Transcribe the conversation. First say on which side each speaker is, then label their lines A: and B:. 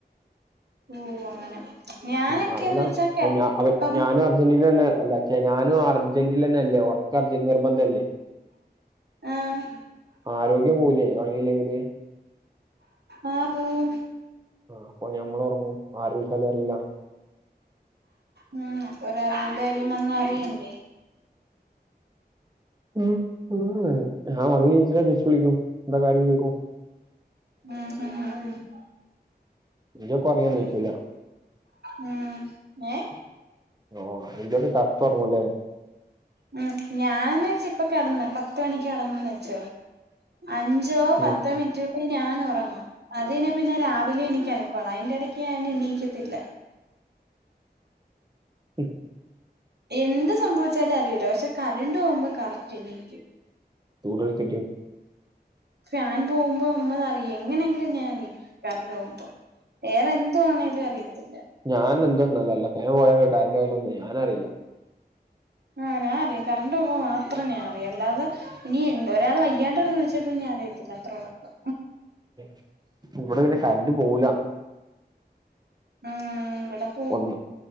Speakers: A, on the right; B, on the right.
A: ഓഹ് അങ്ങനെ ഞാനൊക്കെന്ന്
B: ഉം അല്ലാ
A: വെച്ചാ
B: അപ്പ ഞാ അപ്പ
A: ഇപ്പം
B: ഞാനും അർജന്റീനന്നെ അല്ലെ ച്ചെ ഞാനും അർ അർജെന്റിലെന്നെ അല്ലെ ഒർക്കം അർജെന്റ് നിർബന്ധം അല്ലെ
A: ആഹ്
B: ആരോഗ്യം പോവുലെ ഒറങ്ങില്ലെങ്കിൽ?
A: ആഹ് പോവും.
B: ആഹ് അപ്പ ഞമ്മളും ഒറങ്ങും ആര് വുൾച്ചാലും അറീലാ.
A: ഉം ഒര് അർജെന്റ് കാര്യം വന്നാ അറിയെണ്ടെ?
B: ഉം ഉം ഏഹ് ഞാ ഒർങ്ങി നീച്ചിട്ട് തിരിച്ച് വിളിക്കും. എന്താ കാര്യം ചൊയ്ക്കും.
A: ഉം ഉം <unintelligible>
B: ഇയ്യ് ഒക്കെ ഒർങ്ങിയാ
A: ഉം
B: നീച്ചോല്ലോ?
A: ഉം ഞാ എ
B: ഓഹ് ഇജ് ഒക്കെ ചത്തൊർങ്ങുംലെ?
A: ഉം ഞാനെന്ന് വെച്ചാ ഇപ്പൊ കെട്ന്ന് പത്ത് മണിക്ക് കെട്ന്നെന്ന് വെച്ചോ അഞ്ച് ഞ്ചോ പത്തോ
B: ഉം
A: മിൻറ്റ് പിന്നെ ഞാനൊറങ്ങും. അതെയ്നാ പിന്നെ രാവിലെ എണീക്കാറൊക്കെ ഒള്ളു. അയിന്റെ എടെയ്ക്ക് ഞാൻ എണീക്കത്ത് ഇല്ല.
B: ഉം,
A: എന്ത് സംഭവിച്ചാലും അറീല്ലാ. പക്ഷെ കറന്റ് പോവുമ്പോ കറക്റ്റ് എണീക്കും.
B: ചൂട് എട്ത്തിട്ട്.
A: ഫാൻ പോവുമ്പോ ഉമ്മ അയ് അറിയേ എങ്ങനെങ്കിലും ഞാ എണീക്കും കറന്റ് പോവുമ്പം. വേറെ എന്തു വാണേലും അറിയത്തില്ല.
B: ഞാനെന്ത്‌ വന്നാലും അല്ല ഫാൻ പോയാലും കറന്റ് പോയാലോന്നും ഞാന് അറീലാ
A: ആഹ് നാ അറിം കറന്റ് പോവുമ്പോ മാത്രം ഞാ അറിം അല്ലാതെ ഇനി ഒരാള് വയ്യാണ്ട് കെടന്ന് വിൾ പ്പോലും ഞാ അറിയത്തില്ല അത്ര ഒറക്കാ.
B: <inaudible> ഇപ്പം ഇവെടെ ഇങ്ങനെ കറന്റ് പോപുലാ
A: ആഹ് ഇവെടെ ഇപ്പ
B: ഒന്ന്